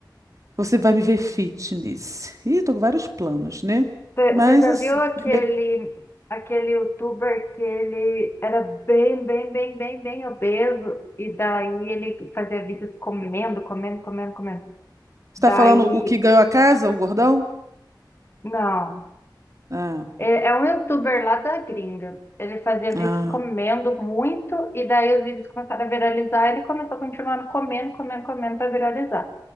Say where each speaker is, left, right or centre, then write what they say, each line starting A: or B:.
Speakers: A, on the right; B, on the left.
A: Você vai me ver fitness. Ih, tô com vários planos, né? Mas
B: Você já
A: assim,
B: viu aquele,
A: primeiro,
B: aquele youtuber que ele era bem, bem, bem, bem, bem obeso e daí ele fazia vídeos comendo, comendo, comendo, comendo.
A: você
B: Daí,
A: tá falando o que ganhou a casa, o gordão?
B: não.
A: Ah,
B: É, é um youtuber lá da gringa. Ele fazia
A: ah.
B: vídeos comendo muito e daí os vídeos começaram a viralizar e ele começou a continuar comendo, comendo, comendo para viralizar.